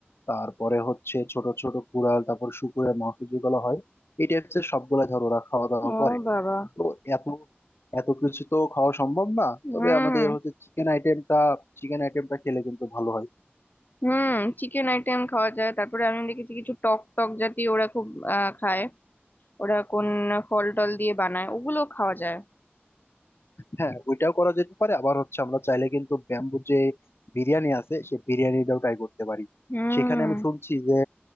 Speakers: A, on the left (about 70°); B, on the left (about 45°).
A: তারপরে হচ্ছে ছোট ছোট কুড়াল তারপর শুকুরের মাংস যেগুলো হয় এই টাইপের সবগুলা ধর ওরা খাওয়া দাওয়া
B: ও
A: করে
B: বাবা
A: তো এত এত কিছু তো খাওয়া সম্ভব না তবে
B: হুম
A: আমাদের হচ্ছে চিকেন আইটেমটা চিকেন আইটেমটা খেলে কিন্তু ভালো হয়
B: হুম চিকেন আইটেম খাওয়া যায় তারপরে আমি দেখেছি কিছু টক টক জাতীয় ওরা খুব আহ, খায় ওরা কোন ফল টল দিয়ে বানায় ওগুলো খাওয়া যায়
A: হ্যাঁ ওইটাও করা যেতে পারে আবার হচ্ছে আমরা চাইলে কিন্তু ব্যাম্বু যে বিরিয়ানি আছে সেই বিরিয়ানিটাও ট্রাই করতে পারি
B: হুম
A: সেখানে আমি শুনছি যে